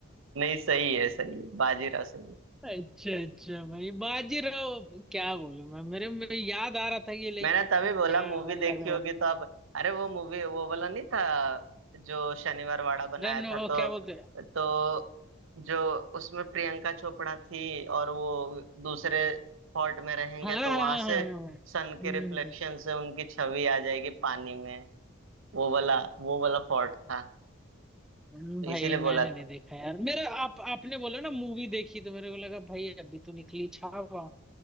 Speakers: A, on the right (about 75°); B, in the centre.
A: नहीं सही है सही है बाजीराव सही है
B: अच्छा अच्छा भाई बाजीराव क्या बोलूं मैं मेरे में याद आ रहा था कि लाइक
A: मैंने तभी बोला
B: क्या
A: मूवी
B: लगा
A: देखी होगी तो आप अरे वो मूवी वो वाला नहीं था जो शनिवार वाड़ा बनाया
B: रण
A: था तो
B: वो क्या बोलते हैं
A: तो जो उसमें प्रियंका चोपड़ा थी और वो दूसरे फोर्ट में रहेंगे
B: हाँ हाँ
A: तो
B: हाँ
A: वहां से
B: हाँ, हाँ, हाँ।
A: सन
B: हम्म
A: के रिफ्लेक्शन से उनकी छवि आ जाएगी पानी में वो वाला वो वाला फोर्ट था
B: हम्म,
A: तो
B: भाई
A: इसीलिए
B: मैंने
A: बोला था
B: नहीं देखा यार मेरा आप आपने बोला ना मूवी देखी तो मेरे को लगा भाई अभी तो निकली छावा